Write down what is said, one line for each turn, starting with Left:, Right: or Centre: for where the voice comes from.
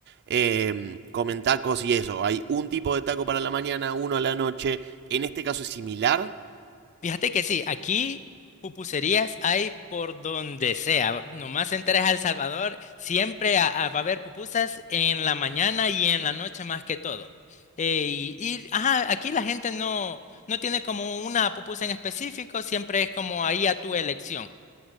Right: em, comen tacos y eso. Hay un tipo de taco para la mañana, uno a la noche. ¿En este caso es similar?
Left: Fíjate que sí, aquí pupuserías hay por donde sea. Nomás entres a El Salvador, siempre a- a- va a haber pupusas en la mañana y en la noche más que todo. Eh, y, y, ajá, aquí la gente no, no tiene como una pupusa en específico, siempre es como ahí a tu elección.